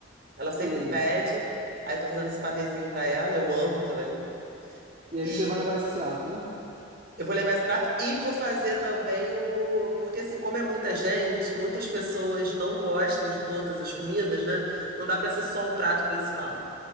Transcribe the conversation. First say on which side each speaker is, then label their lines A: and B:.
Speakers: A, on the right; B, on the right.
A: Ela sempre
B: sei.
A: pede, aí eu tô fazendo esse pavêzinho pra ela, eu amo também.
B: E aí
A: E,
B: você vai levar esse prato, né?
A: Eu vou levar esse prato e vou fazer também o. Porque, assim, como é muita gente, muitas pessoas não gostam de todas as comidas, né? Não dá pra ser só um prato principal.